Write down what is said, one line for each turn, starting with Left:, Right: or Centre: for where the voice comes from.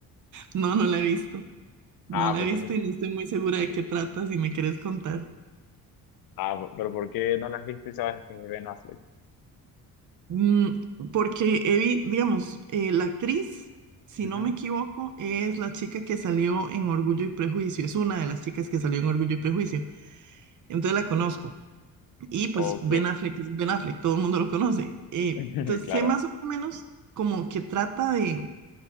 Right: No, no la he visto. No
Left: Ah,
Right: la
Left: pero
Right: he visto
Left: entonces,
Right: y no estoy muy segura de qué trata, si me quieres contar.
Left: ah, p- pero ¿por qué no las has visto y sabes que es de Ben Affleck?
Right: Mm, porque, he vi- digamos, eh, la actriz, si
Left: Ujú,
Right: no me equivoco, es la chica que salió en Orgullo y Prejuicio, es una de las chicas que salió en Orgullo y Prejuicio, entonces la conozco. Y pues
Left: Ok,
Right: Ben Affleck es Ben Affleck, todo el mundo lo conoce. Eh,
Left: <laughs>
Right: entonces
Left: claro.
Right: sé más o menos como que trata de...